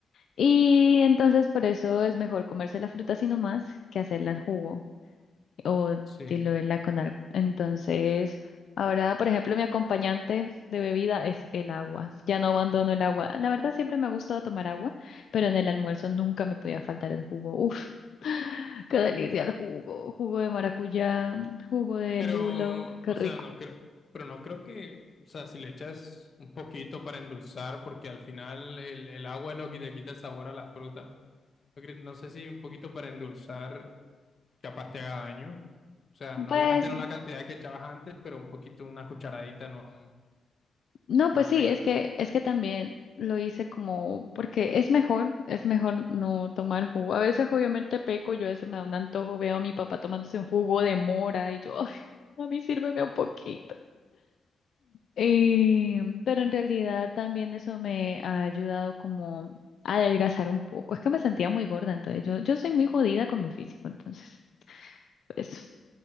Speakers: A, on the left; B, on the left.
A: Y entonces por eso es mejor comerse la fruta así nomás que hacerla en jugo o
B: Sí.
A: de lo de la Conar. Entonces, ahora, por ejemplo, mi acompañante de bebida es el agua. Ya no abandono el agua. La verdad, siempre me ha gustado tomar agua, pero en el almuerzo nunca me podía faltar el jugo. Uf, <laughs> qué delicia el jugo. Jugo de maracuyá, jugo de
B: Pero,
A: lulo, qué
B: o
A: rico.
B: sea, no creo, pero no creo que, o sea, si le echas un poquito para endulzar, porque al final el, el agua es lo que te quita el sabor a la fruta. No cre- no sé si un poquito para endulzar capaz te haga daño. O sea, no-
A: Pues
B: obviamente no la cantidad que echabas antes, pero un poquito, una cucharadita no,
A: No, pues
B: no afecta,
A: sí, es que,
B: ¿no?
A: es que también lo hice como, porque es mejor, es mejor no tomar jugo. A veces obviamente peco, yo a veces me da un antojo, veo a mi papá tomándose un jugo de mora y yo, <laughs> "Ay, a mí sírveme un poquito. Y- pero en realidad también eso me ha ayudado como a adelgazar un poco. Es que me sentía muy gorda, entonces yo, yo soy muy jodida con mi físico, entonces, por eso.